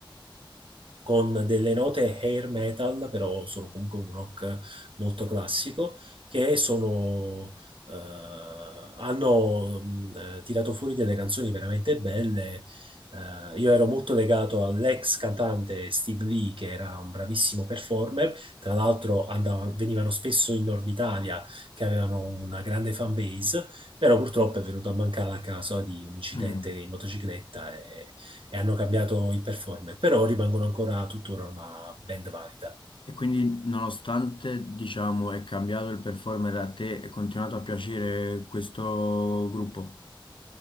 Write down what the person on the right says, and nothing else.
con delle note hair metal, però sono comunque un rock molto classico, che sono, eh, hanno mh, eh, tirato fuori delle canzoni veramente belle. Eh, io ero molto legato all'ex cantante Steve Lee, che era un bravissimo performer. Tra l'altro andava- venivano spesso in Nord Italia, che avevano una grande fan base, però purtroppo è venuto a mancare a causa di un incidente
in motocicletta e e hanno cambiato il performer, però rimangono ancora tuttora una band valida.